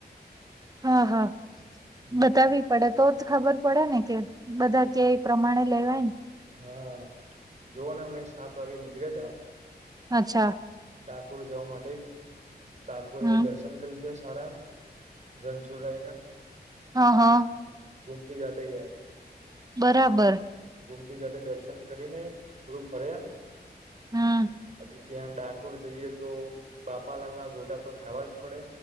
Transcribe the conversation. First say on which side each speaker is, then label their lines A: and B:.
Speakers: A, on the right; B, on the right.
A: હા-હા
B: હમ
A: બતાવી પડે તો જ ખબર પડે ને કે બધા કેય પ્રમાણે લેવાયને.
B: હા જોવ ને મેં સાત વાગે નીકળ્યા તા
A: અચ્છા.
B: ડાકોર જવા માટે ડાકોરે
A: હમ
B: દર્શન કરી લીદ્યા સારા. રણછોડ રાયના.
A: હા-હા.
B: હલ્દીથી ઘાટેે ગયા.
A: બરાબર.
B: ગુમતી ઘાટે દર્શન કરીને થોડુંક ફર્યા
A: હમ
B: પછી ત્યાં ડાક ડાકોર જઈએ તો બાપાલાલ ના ઘોટા તો ખાવા જ પડે.